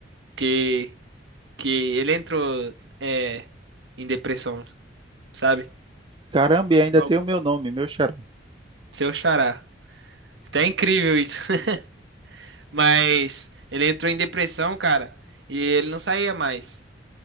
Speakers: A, on the right; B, on the right.
A: que, que ele entrou, é, em depressão, sabe?
B: Caramba, e ainda
A: Bom.
B: tem o meu nome, meu xará.
A: Seu xará. Tá incrível isso. <laughs> Mas ele entrou em depressão, cara, e ele não saía mais.